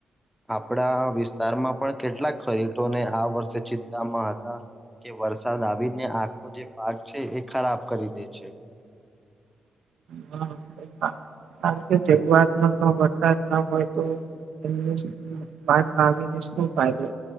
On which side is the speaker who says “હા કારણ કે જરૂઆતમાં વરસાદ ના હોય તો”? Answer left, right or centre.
Right